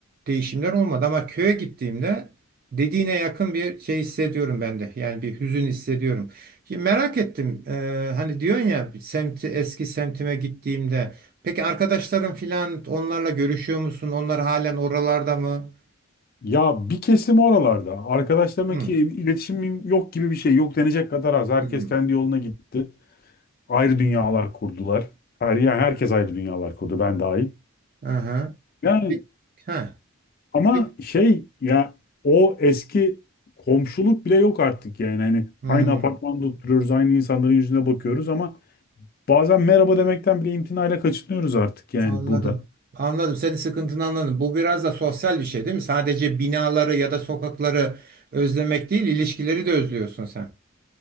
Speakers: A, on the right; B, on the left.
A: değişimler olmadı ama köye gittiğimde dediğine yakın bir şey hissediyorum ben de. Yani bir hüzün hissediyorum. Şimdi merak ettim. E, hani diyorsun ya semti eski semtime gittiğimde. Peki arkadaşların filan onlarla görüşüyor musun? Onlar halen oralarda mı?
B: Ya bir kesim oralarda. Arkadaşlarımla
A: Hı.
B: ki iletişimim yok gibi bir şey. Yok denecek kadar az. Herkes
A: Hı.
B: kendi yoluna gitti. Ayrı dünyalar kurdular. Her, yani herkes ayrı dünyalar kurdu ben dahil.
A: Aha.
B: Yani
A: Peki, ha.
B: ama
A: Peki.
B: şey ya o eski komşuluk bile yok artık yani. Hani
A: Hı.
B: aynı apartmanda oturuyoruz, aynı insanların yüzüne bakıyoruz ama bazen merhaba demekten bile imtinayla kaçınıyoruz artık yani
A: Anladım.
B: burada.
A: Anladım. Senin sıkıntını anladım. Bu biraz da sosyal bir şey değil mi? Sadece binaları ya da sokakları özlemek değil, ilişkileri de özlüyorsun sen.